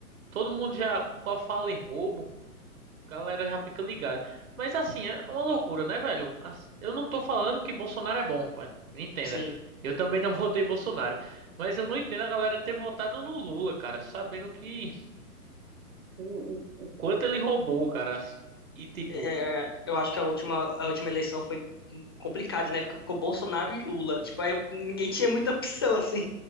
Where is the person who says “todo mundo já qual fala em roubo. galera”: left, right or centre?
Right